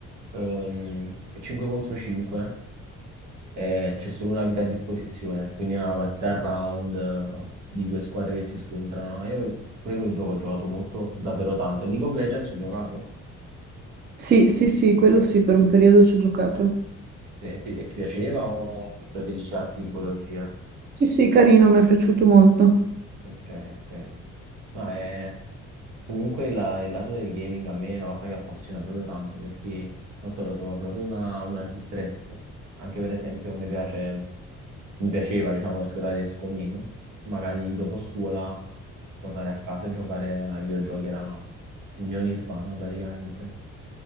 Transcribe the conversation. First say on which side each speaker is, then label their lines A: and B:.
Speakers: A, on the right; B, on the right.
A: ehm, è 5 contro 5 e c'è solo una vita a disposizione, quindi è una partita a round eh, di due squadre che si scontrano. Io pure quel gioco ho giocato molto, davvero tanto. E League of Legends ci hai giocato?
B: Sì, sì, sì, quello sì, per un periodo ci ho giocato.
A: Sì, E ti, e ti piaceva o preferisci altre tipologie?
B: Sì, sì, carino, mi è piaciuto molto.
A: Ok, ok. No, è... Comunque la- il lato del gaming a me è una cosa che appassiona proprio tanto perché, non so, lo trovo proprio una, un antistress. Anche per esempio mi piace, mi piaceva, diciamo, perché ora riesco meno. Magari dopo scuola tornare a casa e giocare ai videogiochi era il mio nirvana praticamente.